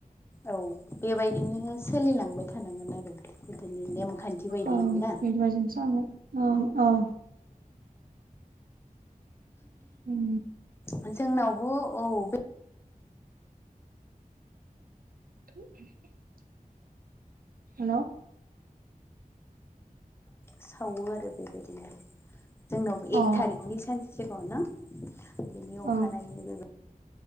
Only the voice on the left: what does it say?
औ बेबायदिनो सोलिलांबाय थानांगोन आरो गोदोनि नेमखान्थि बायदि
ना
औ जोंनावबो औ बे
सावो आरो बेबायदिनो जोंनावबो
एक थारिकनि सानसे सिगाङाव ना बिनि
अखानायै लो